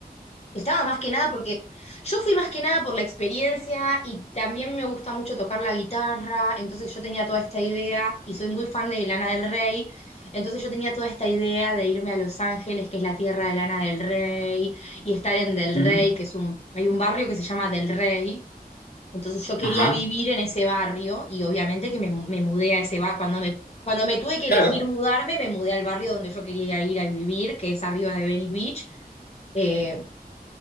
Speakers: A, on the left; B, on the left.
A: estaba más que nada porque yo fui más que nada por la experiencia y también me gusta mucho tocar la guitarra. Entonces yo tenía toda esta idea y soy muy fan de Lana del Rey. Entonces yo tenía toda esta idea de irme a Los Ángeles, que es la tierra de Lana del Rey, y estar en Del
B: Ujú.
A: Rey, que es un, hay un barrio que se llama Del Rey entonces yo quería
B: Ajá,
A: vivir en ese barrio y obviamente que me, me mudé a ese barrio. Cuando me, cuando me tuve que
B: claro.
A: elegir mudarme, me mudé al barrio donde yo quería ir a vivir, que es arriba de Venice Beach. Eh,